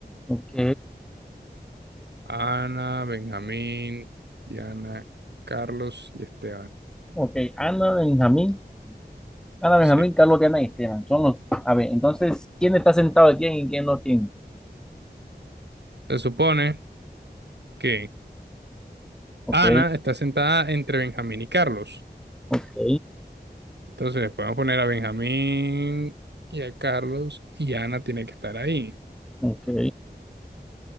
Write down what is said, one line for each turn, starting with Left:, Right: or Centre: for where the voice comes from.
Centre: Ok,
Right: Ana, Benjamín, Diana, Carlos y Esteban.
Centre: ok, Ana, Benjamín, Ana, Benjamín,
Right: Sí.
Centre: Carlos, Diana y Esteban. Son los. A ver, entonces, ¿quién está sentado aquí y quién no tiene?
Right: Se supone que
Centre: Ok,
Right: Ana está sentada entre Benjamín y Carlos.
Centre: ok,
Right: Entonces podemos poner a Benjamín y a Carlos y Ana tiene que estar ahí.
Centre: ok.